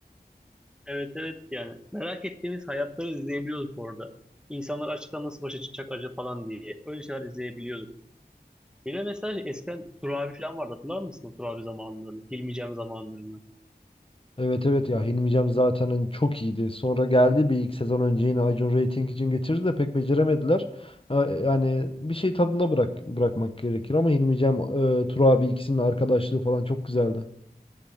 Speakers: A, in the centre; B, on the left.
A: Evet evet yani. Merak ettiğimiz hayatları izleyebiliyorduk orada. İnsanlar açıktan nasıl başa çıkacak acaba falan diye. Öyle şeyler izleyebiliyorduk. Bir de mesela şey, eskiden Tur abi falan vardı. Hatırlar mısın o Tur abi zamanlarını? Hilmi zamanlarını.
B: Evet evet ya Hilmi Cem zaten hani çok iyiydi. Sonra geldi bir iki sezon önce yine Acun Rating için getirdi de pek beceremediler. Ha, Yani bir şey tadında bırak bırakmak gerekir ama Hilmi Cem, e, Tur abi ikisinin arkadaşlığı falan çok güzeldi.